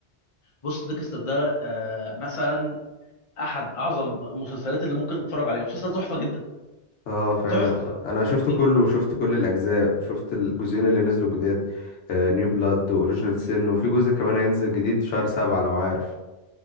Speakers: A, on the left; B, on the left.
A: بص ديكستر ده آه، مثلا احد اعظم المسلسلات اللي ممكن تتفرج عليها مسلسل تحفه جدا
B: اه فعلا
A: تحفه بصراحه
B: انا شفت كله
A: من كل
B: وشفت كل الاجزاء شفت الجزئين اللي نزلوا جداد نيو بلاد واوريجينال سين وفي جزء كمان هينزل جديد شهر سبعة لو عارف